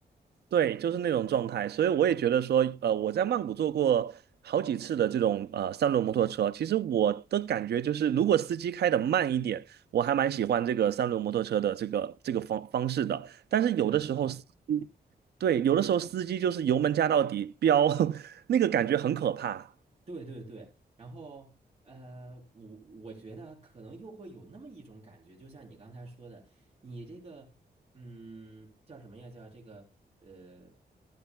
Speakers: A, on the right; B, on the right.
A: 对，就是那种状态，所以我也觉得说，呃，我在曼谷坐过好几次的这种呃三轮摩托车。其实我的感觉就是，如果司机开的慢一点，我还蛮喜欢这个三轮摩托车的这个这个方方式的。但是有的时候司机，
B: 是的，是的，
A: 对，有的时候司机就是油门加到底飙，<laughs> 那个感觉很可怕。
B: 对对对，然后呃，我我觉得可能又会有那么一种感觉，就像你刚才说的，你这个嗯叫什么呀？叫这个呃，